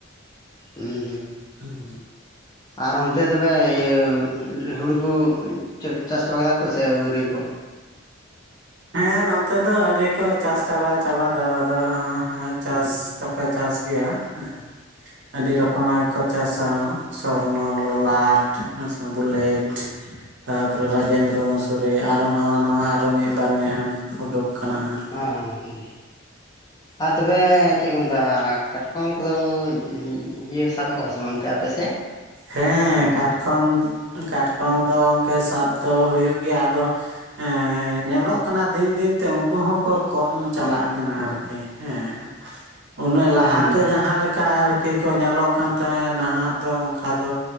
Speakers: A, on the left; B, on the right.
A: ᱦᱩᱸ-ᱦᱩᱸ
B: ᱪᱮᱫ ᱦᱚᱸ ᱵᱟᱝ ᱟᱸᱡᱚᱢᱚᱜ ᱠᱟᱱᱟ
A: ᱟᱨ ᱚᱱᱛᱮ ᱛᱚᱵᱮ ᱤᱭᱟᱹ ᱦᱳᱲᱳ ᱠᱚ ᱪᱟᱥ ᱪᱟᱵᱟ ᱠᱮᱫᱟ ᱠᱚ ᱥᱮ ᱟᱹᱣᱨᱤᱣᱟ
B: ᱦᱮᱸ ᱱᱚᱛᱮ ᱫᱚ ᱟᱹᱨᱤ ᱠᱚ ᱪᱟᱥ ᱪᱟᱵᱟ, ᱪᱟᱵᱟ ᱫᱚ ᱟᱫᱚ ᱪᱟᱥ..
A: ᱦᱩᱸ ᱦᱩᱸ
B: ᱯ ᱪᱟᱥ ᱜᱮᱭᱟ ᱦᱮᱸ ᱟᱹᱰᱤ ᱨᱚᱠᱚᱢᱟᱜ ᱜᱮ ᱠᱚ ᱪᱟᱥᱟ ᱥᱚᱨᱱᱚ ᱞᱚᱞᱟᱴ ᱦᱮᱸᱥᱮᱸ ᱵᱩᱞᱮᱴ
A: ᱦᱮᱸ
B: ᱛᱟᱯᱚᱨᱮ ᱨᱟᱡᱮᱱᱫᱨᱚ ᱢᱚᱥᱩᱨᱤ ᱟᱨᱦᱚ ᱱᱟᱣᱟ ᱱᱟᱣᱟ ᱟᱨ ᱦᱚᱸ ᱦᱩᱜ-ᱟ ᱛᱟᱨ ᱱᱮᱦᱟᱱ ᱩᱰᱩᱠ ᱠᱟᱱᱟ ᱦᱟᱸᱜ
A: ᱦᱮᱸ ᱦᱮᱸ ᱦᱩᱸ ᱟᱨ ᱛᱚᱵᱮ ᱪᱮᱫ ᱠᱚ ᱢᱮᱱᱫᱟ ᱠᱟᱴᱠᱚᱢ ᱫᱚ ᱠᱚ ᱤᱭᱟᱹ ᱥᱟᱵᱮᱫ ᱠᱚᱭᱟ ᱥᱮ ᱵᱟᱝ ᱚᱱᱛᱮ ᱟᱯᱮᱥᱮᱫ
B: ᱦᱮᱸ ᱠᱟᱴᱠᱚᱢ ᱠᱟᱴᱠᱚᱢ ᱫᱚ ᱜᱚᱝᱠᱮ ᱥᱟᱵ ᱫᱚ ᱦᱩᱭᱩᱜ ᱜᱮᱭᱟ ᱟᱫᱚ ᱮᱸ ᱧᱮᱞᱚᱜ ᱠᱟᱱᱟ ᱫᱤᱱ ᱫᱤᱱ ᱛᱮ ᱩᱱᱠᱩ ᱦᱚᱸᱠᱚ ᱠᱚᱢ ᱪᱟᱞᱟᱜ
A: ᱦᱩᱸ
B: ᱠᱟᱱᱟ ᱟᱨᱠᱤ ᱦᱮᱸ ᱩᱱᱟᱹᱜ
A: ᱦᱩᱸ
B: ᱞᱟᱦᱟᱛᱮ
A: ᱦᱩᱸ
B: ᱡᱟᱦᱟᱸ ᱞᱮᱠᱟ ᱟᱨᱠᱤ ᱠᱚ ᱧᱮᱞᱚᱜ ᱠᱟᱱ ᱛᱟᱦᱮᱸᱫ ᱱᱟᱦᱟᱜ ᱫᱚ ᱚᱱᱠᱟ ᱫᱚ